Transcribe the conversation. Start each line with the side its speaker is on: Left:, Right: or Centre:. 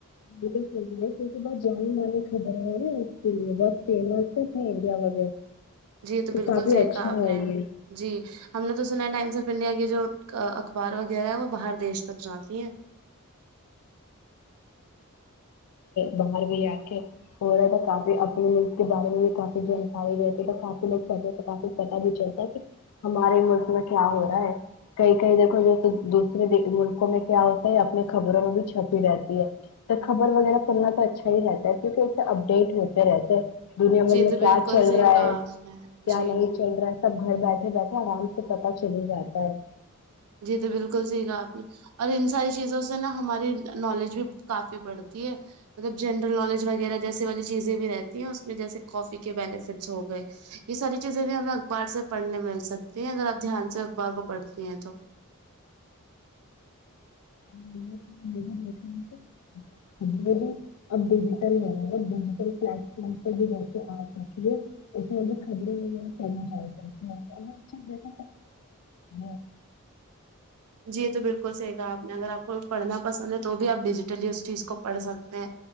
Left: بالکل س کیہ بہت جان مانی خبر ہے نا اس کے لیے بہت فیمس ہے اپنا انڈیا میں
Right: جی یہ
Left: تو
Right: بالکل
Left: کافی
Right: صحیح
Left: اچھا
Right: کہا آپ
Left: ہے
Right: نے
Left: یہ
Right: جی ہم نے تو سنا ہے ٹائمس آف انڈیا کے جو آ اخبار وغیرہ ہے وہ باہر دیش تک جانی ہیں
Left: باہر بھی آ کے ہو رہا تھا کافی اپنے کے بارے میں بھی کافی جانکاری رہتی ہے تو کافی لوگ چڑتے تو کافی پتا بھی چلتا س ہمارے ملک میں کیا ہو رہا ہے کہیں کہیں دیکھو جو دوسرے ملکوں میں کیا ہوتا ہے اپنے خبروں میں بھی چھپی رہتی ہے تو خبر وغیرہ پڑھنا تو اچھا ہی رہتا ہے کیونکہ اس سے اپڈیٹ ہوتے رہتے ہیں دنیا
Right: جی
Left: بھر میں
Right: تو
Left: کیا
Right: بالکل
Left: چل
Right: صحیح
Left: رہا
Right: کہا
Left: ہے
Right: آپ نے
Left: کیا
Right: جی
Left: نہیں چل رہا ہے سب گھر بیٹھے بیٹھے آرام سے پتاہ چل ہی جاتا ہے
Right: جی تو بالکل صحیح کہہ آپ نے اور ان ساری چیزوں سے نا ہماری نالج بھی کافی بڑھتی ہے مطلب جنرل نالج وغیرہ جیسے والی چیزیں بھی رہتی ہیں اس میں جیسے کافی کے بینیفٹس ہو گئے یہ ساری چیزیں بھی ہمیں اخبار سے پڑھنے میں مل سکتی ہیں اگر آپ دھیان سے اخبار کو پڑھتی ہیں تو
Left: <unintelligible> اب ڈیجیٹل وغیرہ ڈیجیٹل پلیٹ فارم پر بھی جیسے آ سکے اس لیے خبریں و پڑھنا چاہتے <unintelligible>
Right: جی یہ تو بالکل صحیح کہہ آپ نے اگر آپ کو پڑھنا پسند ہے تو بھی آپ ڈیجیٹلی اس چیز کو پڑھ سکتے ہیں